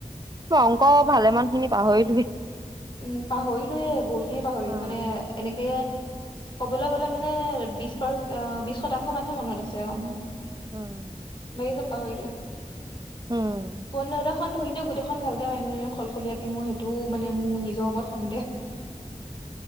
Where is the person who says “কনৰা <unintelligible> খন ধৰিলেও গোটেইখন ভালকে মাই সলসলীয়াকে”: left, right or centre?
Left